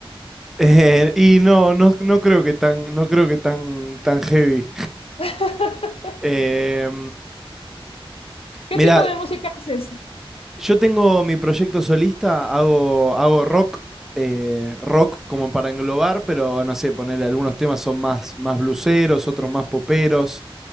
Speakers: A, in the centre; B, on the left (about 75°).
A: Eh, y no, no, no creo que tan, no creo que tan, tan heavy.
B: <laughs>
A: Eh,
B: ¿Qué
A: mira,
B: tipo de música haces?
A: yo tengo mi proyecto solista, hago, hago rock, eh, rock como para englobar, pero no sé, ponerle algunos temas son más, más blueseros, otros más poperos.